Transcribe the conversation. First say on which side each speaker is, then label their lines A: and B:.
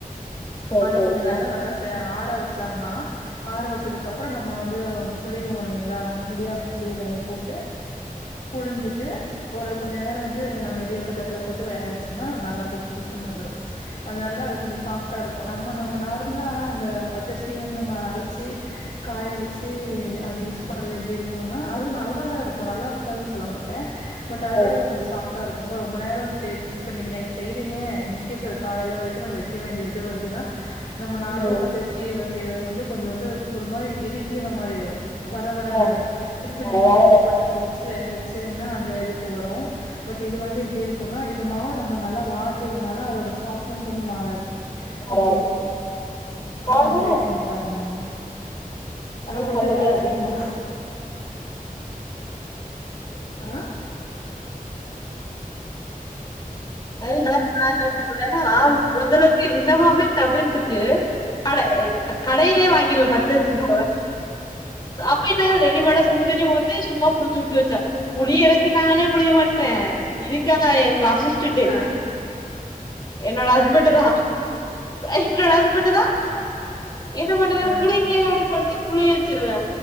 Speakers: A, on the left; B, on the left.
A: சேரி
B: அத
A: சேரிங்க
B: கொஞ்ச நல்லா நல்லா செ ஆற வச்சம்னா ஆற வச்சதுக்கு அப்றோ நம்ம வந்து புழிவோ இல்லேங்ளா இடியாப்ப புழியிறதுல போட்டு புழிஞ்சிட்டு ஒரு கொஞ்ச நேரோ வந்து நம்ம இடியப்பதட்ல போட்டு வேக வச்சோம்னா நல்லா பொசு பொசுன்னு வந்துரு அது நல்ல கொஞ்ச ஸாப்ட் ட்டா இருக்கு நம்ம நம்ம நார்மலா அந்த பச்சரிசிய வந்து நம்ம அரச்சி காய வச் வச்சி அது யூஸ் பண்றது எப்படி இருக்கும்ன்னா அதுவும் நல்லாதான் இருக்கும் நல்லா இருக்காதுன்னு சொல்ல மாட்டேன் பட் அத
A: ஓ
B: விட இது கொஞ்ச சாப்டா இருக்கும்ங்க ரொம்ப நேரொ ஸ்டே இப்ப இன்னக்கி நைட்டு செய்றீங்க இன்கேஸ் அது காலைல வரைக்கும் நம்ம வைக்க வேண்டிய இது வருதுன்னா நம்ம நார்மலா
A: ம்
B: பச்சரிசி செய்யறது வந்து கொஞ்சம் வந்து ஒரு மாறி இறுகிற மாறி ஆயிரும் வர வரன்னு
A: ஆ
B: ஆய்டு திருப்பி நீங்க வந்து
A: வேற
B: இட்லி பாத்துரத்துல வச் வேக வச்சிங்கன்னா அந்த இதுக்கு வரும் பட் இது வந்து எப்படி இருக்கும்னா இந்த மாவு நம்ம நல்லா வாட்டியறனால அதோட சாஃப்ட்னஸ் வந்து மாறாது அப்டி
A: வராது
B: இருக்கும்
A: நானு
B: ம் ட்ரை பண்ணி பாருங்க வேணா ஆனா கொஞ்ச
A: சொன்ன
B: வேல அதிகமா இருக்கு
A: <unintelligible> <unintelligible>
B: ஆ
A: அது நல்லா பாவம்
B: ஆ
A: இந்தமாவே தவிர்த்துட்டு கடை கடையிலயே வாங்கிருவேன்
B: ஆ
A: பச்சரிசி மாவ அப்ப என்ன ரெடிமேடா சுடு தண்ணி ஊத்தி சும்மா புழிஞ்சிவுட்டு வச்சா புழியவே <unintelligible> புழிய மாட்டே இருக்காங்க எனக்கு அசிஸ்டன்டு
B: ஆ
A: என்னோட ஹஸ்பண்ட்
B: யாருங்க
A: தா என்னோட ஹஸ்பண்ட் தான் என்ன பண்ணுவே
B: ஆ
A: புழிங்க அப்டின்னு சொல்லிட்டு புழிய வச்சிருவே